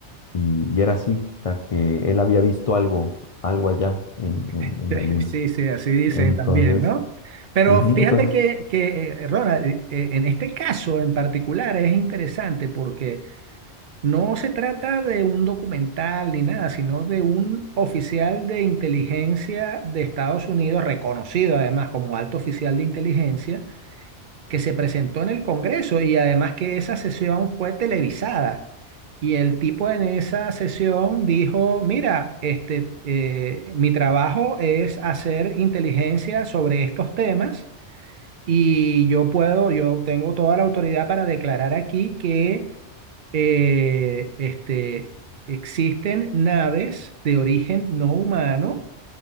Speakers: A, on the left; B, on the right.
A: y, y era así, o sea, que él había visto algo, algo allá en, en,
B: <laughs>
A: en la luna.
B: Sí, sí, así dicen
A: Entonces,
B: también, ¿no? Pero
A: ujú,
B: fíjate
A: entonces
B: que, que eh, Ronald, eh, eh, en este caso en particular es interesante porque no se trata de un documental ni nada, sino de un oficial de inteligencia de Estados Unidos, reconocido además como alto oficial de inteligencia, que se presentó en el Congreso y además que esa sesión fue televisada. Y el tipo en esa sesión dijo, mira, este, eh, mi trabajo es hacer inteligencia sobre estos temas y yo puedo, yo tengo toda la autoridad para declarar aquí que eh, este, existen naves de origen no humano